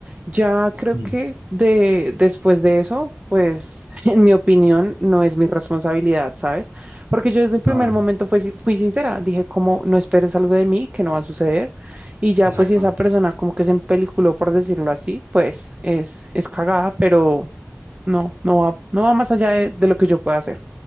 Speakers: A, on the right; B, on the right.
A: Ya creo
B: Mm.
A: que de, después de eso, pues <laughs> en mi opinión no es mi responsabilidad, ¿sabes? Porque yo desde el primer
B: Mm,
A: momento fui, si- fui sincera, dije como no esperes algo de mí que no va a suceder. Y ya,
B: Exacto.
A: pues, si esa persona como que se empeliculó, por decirlo así, pues es, es cagada, pero no, no va, no va más allá de, de lo que yo pueda hacer.